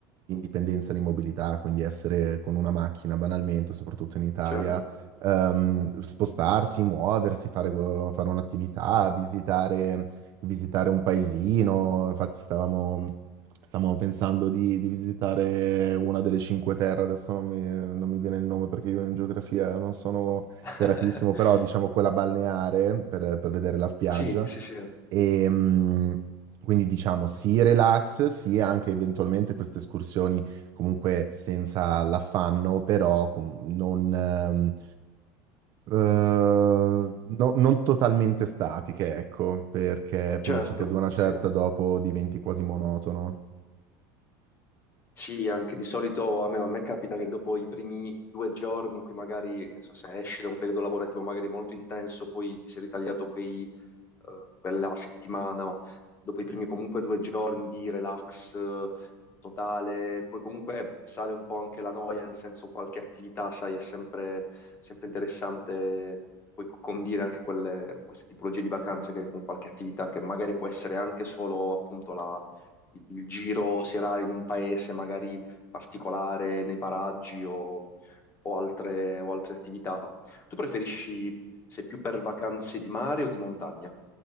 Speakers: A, on the right (about 35°); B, on the left (about 20°).
A: indipendenza di mobilità, quindi essere con una macchina banalmente, soprattutto in Italia,
B: Certo.
A: ehm, spostarsi, muoversi, fare, quello- fare un'attività, visitare, visitare un paesino. Infatti stavamo, stavamo pensando di, di visitare una delle Cinque Terre, adesso non mi, non mi viene il nome perché io in geografia non sono
B: <laughs>
A: feratissimo, però diciamo quella balneare per, per vedere la spiaggia.
B: Sì, sì, sì,
A: E, mh, quindi diciamo sì relax, sì anche eventualmente queste escursioni comunque senza l'affanno, però com- non, ehm, eh, no- non totalmente statiche, ecco, perché
B: certo,
A: penso che ad una certa
B: sì.
A: dopo diventi quasi monotono.
B: Sì, anche di solito, almeno a me capita che dopo i primi due giorni in cui magari, non so, se esci da un periodo lavorativo magari molto intenso, poi ti sei ritagliato quei eh, quella settimana, ma dopo i primi comunque due giorni di relax eh, totale, poi comunque sale un po' anche la noia, nel senso qualche attività, sai, è sempre, sempre interessante poi condire anche quelle, queste tipologie di vacanze che con qualche attività che magari può essere anche solo appunto la- il giro serale in un paese magari particolare, nei paraggi o, o altre, o altre attività. Tu preferisci, sei più per vacanze di mare o di montagna?